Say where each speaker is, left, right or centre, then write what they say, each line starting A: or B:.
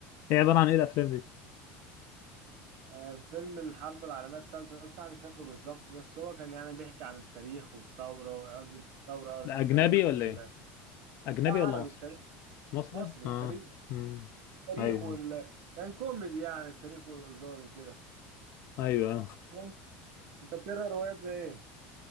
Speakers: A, on the left; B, on the right.
A: ايه عبارة عن ايه الافلام دي
B: آه، فيلم الحرب العالمية التالتة ده بصراحة مش فاكره بالظبط بس هو كان يعني بيحكي عن التاريخ والثورة قصدي مش الثورة قصدي
A: ده اجنبي
B: التاريخ
A: ولا
B: وال
A: ايه اجنبي
B: لا عربي
A: ولا مصري
B: التاريخ
A: مصري
B: مصري
A: اه
B: التاريخ
A: امم
B: التاريخ
A: ايوه
B: وال كان كوميدي يعني التاريخ والهزار وكده
A: ايوه
B: مم. انت بتقرا روايات زي ايه؟